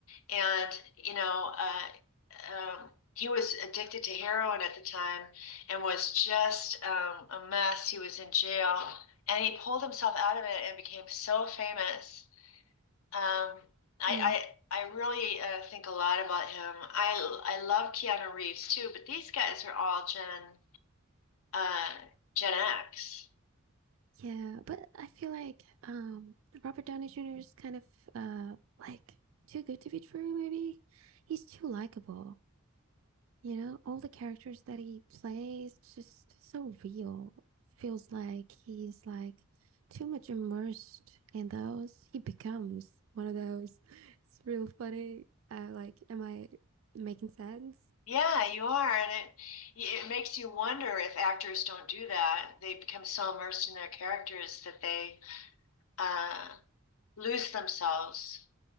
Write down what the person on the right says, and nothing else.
Right.
Yeah, but I feel like um Robert Downey Jr. is kind of uh like too good to be true, maybe. He's too likable. You know, all the characters that he plays, it's just so real. Feels like he's like too much immersed in those. He becomes one of those. <laughs> It's real funny. Uh, like, am I making sense?